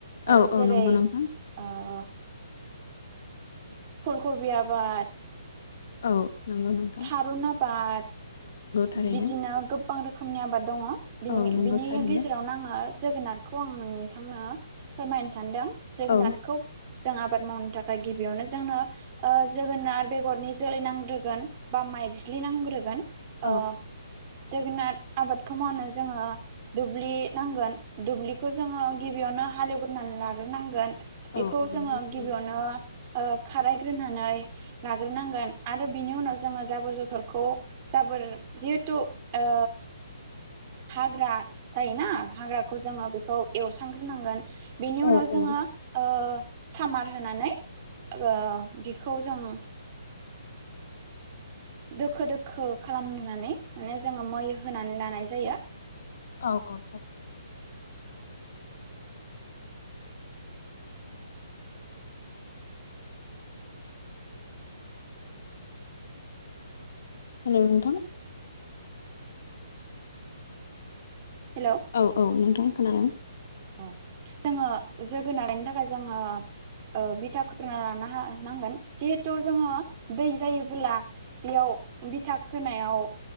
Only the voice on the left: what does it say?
औ
औ नंगौ नोंथां
औ नंगौ नं
थारैनो
औ नंगौ
थारैनो
औ
औ
औ
औ
नंगौ थारैनो
औ
औ
औ औ हेल नोंथां
औ औ नोंथां खोनादों